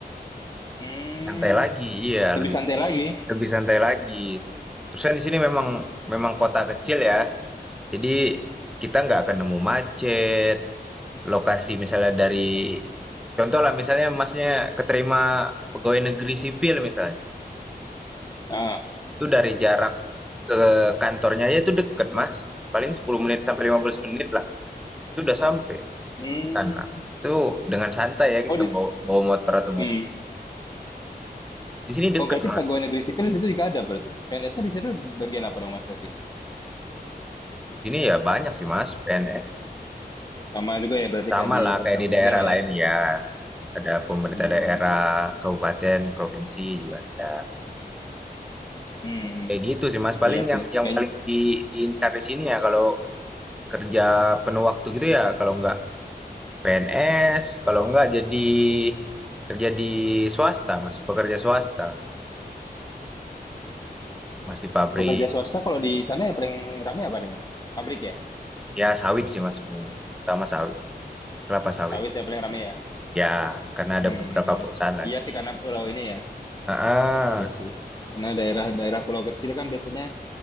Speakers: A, on the left; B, in the centre.
A: Hmm,
B: Santai lagi, iya,
A: lebih
B: lebih
A: santai lagi.
B: lebih santai lagi. Terus kan di sini memang memang kota kecil ya. Jadi kita nggak akan nemu macet. Lokasi misalnya dari contoh lah misalnya Masnya keterima pegawai negeri sipil misalnya.
A: Ah,
B: Itu dari jarak ke kantornya aja itu deket, Mas. Paling 10 menit sampai 15 menit lah. Itu udah sampai.
A: hmm.
B: Tanah. Itu dengan santai ya kita
A: Oh, di,
B: bawa, bawa motor atau mobil.
A: hmm.
B: Di sini deket
A: Oh, berarti
B: Mas.
A: pegawai negeri sipil itu juga ada berarti. PNS-nya di situ bagian apa dong Mas berarti?
B: Di sini ya banyak sih Mas PNS.
A: Oh, sama. Sama juga ya berarti
B: Sama
A: kayak di
B: lah
A: pada
B: kayak di
A: umumnya
B: daerah
A: lah
B: lain
A: ya.
B: ya. Ada pemerintah
A: Hmm.
B: daerah, kabupaten, provinsi juga ada.
A: Hmm.
B: Kayak gitu sih Mas. Paling
A: Iya sih.
B: yang yang
A: Kayaknya
B: paling di, diincar di sini ya kalau kerja penuh waktu gitu ya kalau nggak PNS, kalau nggak jadi kerja di swasta Mas, pekerja swasta. Gitu, Mas di pabrik.
A: pekerja swasta kalau di sana yang paling ramai apa nih Mas? Pabrik ya?
B: Ya sawit sih Mas, terutama sawit, kelapa sawit.
A: Sawit ya paling ramai ya?
B: Ya, karena
A: Hmm.
B: ada beberapa perusahaan lah
A: Iya
B: di sini.
A: sih karena pulau ini ya.
B: Ah,
A: Iya sih. Karena daerah-daerah pulau kecil kan biasanya